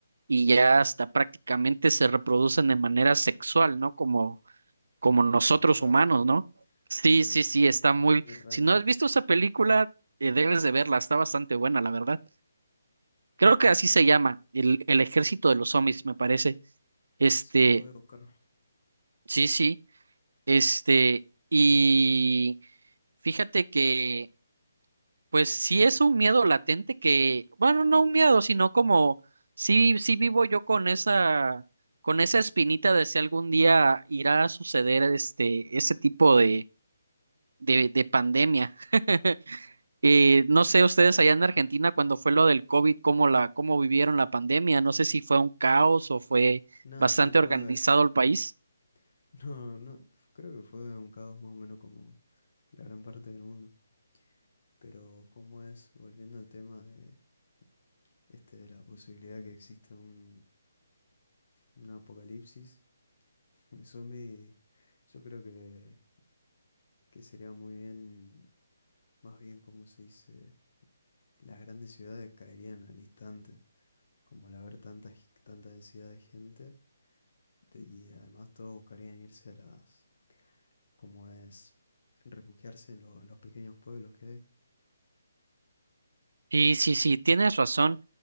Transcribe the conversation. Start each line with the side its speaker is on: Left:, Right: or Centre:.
Right: y ya hasta prácticamente se reproducen de manera sexual, ¿no? Como, como nosotros
Left: What the fuck,
Right: humanos, ¿no? Sí,
Left: <laughs>
Right: sí, sí, está muy...
Left: muy raro.
Right: Si no has visto esa película, eh, debes de verla, está bastante buena, la verdad. Creo que así se llama, el, el ejército de los zombies, me parece. Este,
Left: Sí, lo voy a buscar.
Right: sí, sí. Este, y fíjate que, pues sí es un miedo latente que, bueno, no un miedo, sino como, sí, sí vivo yo con esa, con esa espinita de si algún día irá a suceder este, ese tipo de, de, de pandemia. <laughs> Eh, no sé ustedes allá en Argentina cuando fue lo del COVID, cómo la, cómo vivieron la pandemia, no sé si fue un caos o fue
Left: No,
Right: bastante
Left: sí, fue,
Right: organizado el país.
Left: <laughs> no, no, creo que fue un caos más o menos como la gran parte del mundo. Pero cómo es, volviendo al tema de este de la posibilidad que exista un, un apocalipsis <laughs> de zombie, yo creo que, que sería muy bien, más bien como se dice, las grandes ciudades caerían al instante Como al haber tanta, g- tanta densidad de gente, de- y además todos buscarían irse a las, como es, refugiarse en, lo- en los pequeños pueblos que hay.
Right: Sí, sí, sí, tienes razón.